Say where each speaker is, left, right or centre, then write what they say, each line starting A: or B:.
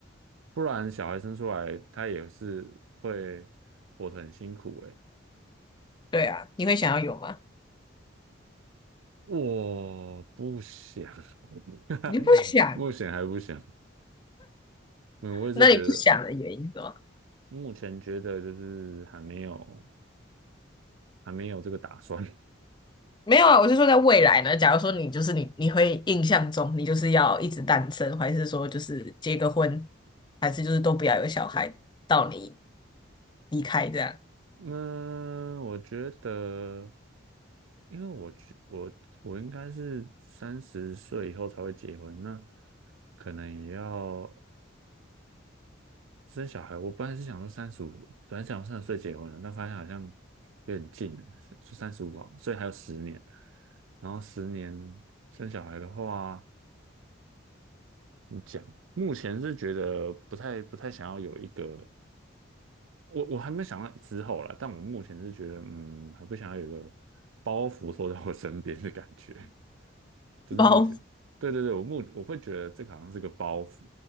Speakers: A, on the right; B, on the left.
A: 不然小孩生出来他也是会活得很辛苦诶。
B: 对啊，你会想要有吗？
A: 我不想，<laughs>
B: 你不想？
A: 目前还不想。嗯，我也是觉得，
B: 那你不想的原因是吗？
A: 目前觉得就是还没有。还没有这个打算。<laughs>
B: 没有啊，我是说在未来呢。假如说你就是你，你会印象中你就是要一直单身，还是说就是结个婚，还是就是都不要有小孩，到你离开这样？
A: 嗯，我觉得，因为我去，我我应该是三十岁以后才会结婚，那可能也要生小孩。我本来是想说三十五，本来想三十岁结婚的，但发现好像有点近了，就三十五啊，所以还有十年。然后十年生小孩的话。你讲，目前是觉得不太不太想要有一个，我我还没想到之后啦，但我目前是觉得，嗯，还不想要有一个包袱坐在我身边的感觉，<laughs> 就是目前，
B: 包
A: 对对对，我目我会觉得这个好像是个包袱，